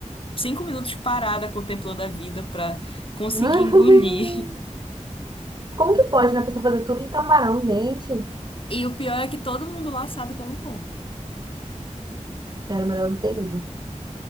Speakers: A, on the left; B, on the right.
A: cinco minutos parada contemplando a vida pra conseguir
B: <laughs>
A: engolir. <laughs>
B: Como
A: O-
B: que pode, né? A pessoa fazer tudo de camarão, gente?
A: E o pior é que todo mundo lá sabe que eu não como.
B: Era melhor não ter ido.